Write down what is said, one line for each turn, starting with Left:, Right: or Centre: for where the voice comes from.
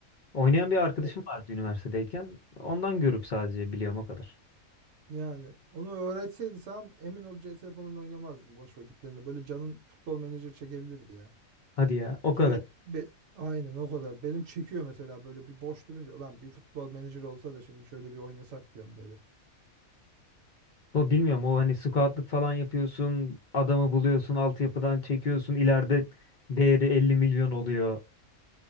Left: Oynayan bir arkadaşım
Right: O
Left: vardı üniversitedeyken. Ondan görüp sadece biliyorum o kadar.
Right: yani onu öğretseydi sen emin ol CS falan oynamazdım boş vakitlerinde. Böyle canın futbol menajer çekebilirdi ya.
Left: Hadi ya o
Right: Ki
Left: kadar.
Right: be, be- aynen o kadar. Benim çekiyor mesela böyle bir boş durunca lan bir futbol menajer olsa da şimdi şöyle bir oynasak diyorum böyle.
Left: O bilmiyorum o hani scoutlık falan yapıyorsun, adamı buluyorsun, altyapıdan çekiyorsun, ileride değeri 50 milyon oluyor.